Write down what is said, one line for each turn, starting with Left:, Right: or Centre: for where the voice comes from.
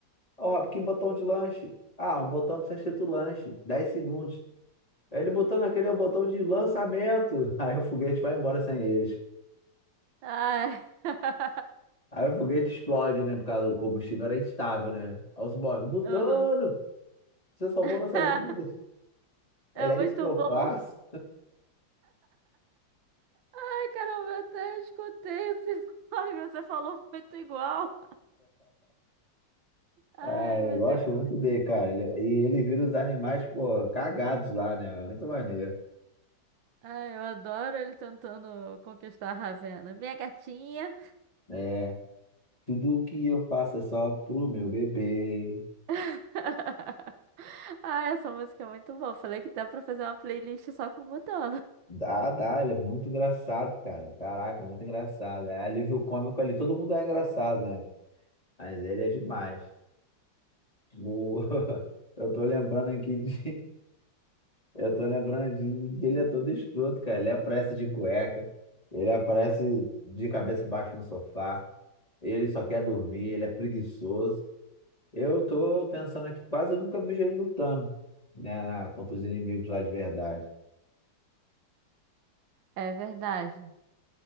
Left: Ó, Rob, que botão de lanche? Ah, um botão que está escrito lanche, 10 segundos. Aí Ele botando aquele é o botão de lançamento. <laughs> Aí o foguete vai embora sem eles.
Right: Ai. <laughs>
Left: Aí o foguete explode, né? Por causa do combustível era instável, né? Aí os boys, Mutano!
Right: Aham.
Left: Você salvou
Right: <laughs>
Left: nossas vidas.
Right: É
Left: Ele é
Right: muito
Left: isso que eu
Right: bom.
Left: faço.
Right: Ai, caramba, eu até escutei esse fone que você falou muito igual. Ai,
Left: Ah,
Right: meu
Left: eu gosto
Right: Deus, é
Left: muito
Right: muito
Left: dele, cara.
Right: bom.
Left: Ele- e ele vira os animais, pô, cagados lá, né? Muito maneiro.
Right: Ai, eu adoro ele tentando conquistar a Ravena. Minha gatinha.
Left: É, tudo que eu faço é só pro meu bebê.
Right: <laughs> Ah, essa música é muito boa. Falei que dá pra fazer uma playlist só com Mutano. <laughs>
Left: Dá, dá, ele é muito engraçado, cara. Caraca, muito engraçado. É alívio cômico ali, todo mundo é engraçado, né? Mas ele é demais. O- <laughs> Eu tô lembrando aqui de. Eu tô lembrando de que ele é todo escroto, cara. Ele aparece de cueca, ele aparece de cabeça baixa no sofá, ele só quer dormir, ele é preguiçoso. Eu tô pensando aqui, quase eu nunca vejo ele lutando, né, na- contra os inimigos lá de verdade.
Right: É verdade.